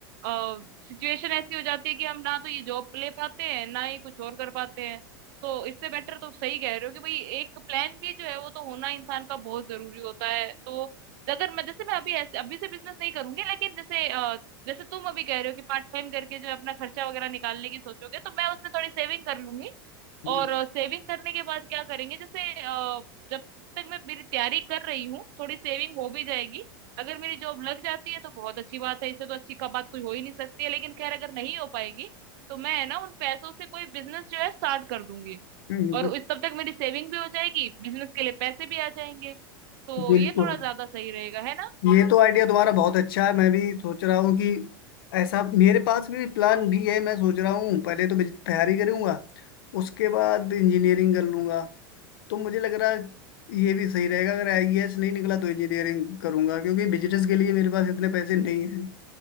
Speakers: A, on the right (about 60°); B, on the left (about 70°).
A: सिचुएशन ऐसी हो जाती है कि हम ना तो ये जॉब ले पाते हैं ना ही कुछ और कर पाते हैं तो इससे बेटर तो सही कह रहे हो कि भाई एक प्लान भी जो है वो तो होना इंसान का बहुत जरूरी होता है तो अगर मैं जैसे मैं अभी ऐसे अभी से बिजनेस नहीं करूंगी लेकिन जैसे अ, जैसे तुम अभी कह रहे हो कि पार्ट टाइम करके जो है अपना खर्चा वगैरह निकालने की सोचोगे तो मैं उसमें थोड़ी सेविंग कर लूंगी
B: हम्म,
A: और सेविंग करने के बाद क्या करेंगे जैसे अ, जब तक मैं मेरी तैयारी कर रही हूँ थोड़ी सेविंग हो भी जाएगी अगर मेरी जॉब लग जाती है तो बहुत अच्छी बात है इससे तो अच्छी का बात कोई हो ही नहीं सकती है लेकिन खैर अगर नहीं हो पाएगी तो मैं है ना उन पैसों से कोई बिजनेस जो है स्टार्ट कर दूंगी
B: हम्म,
A: और उस तब तक मेरी सेविंग भी हो जाएगी बिजनेस के लिए पैसे भी आ जाएंगे तो
B: बिल्कुल
A: ये थोड़ा ज्यादा सही रहेगा है ना
B: ये तो आइडिया तुम्हारा बहुत अच्छा है मैं भी सोच रहा हूँ कि ऐसा मेरे पास भी प्लान भी है मैं सोच रहा हूँ पहले तो बिज- तैयारी करूँगा उसके बाद इंजीनियरिंग कर लूँगा तो मुझे लग रहा है ये भी सही रहेगा अगर आईएएस नहीं निकला तो इंजीनियरिंग करूँगा क्योंकि बिजनेस के लिए मेरे पास इतने पैसे नहीं हैं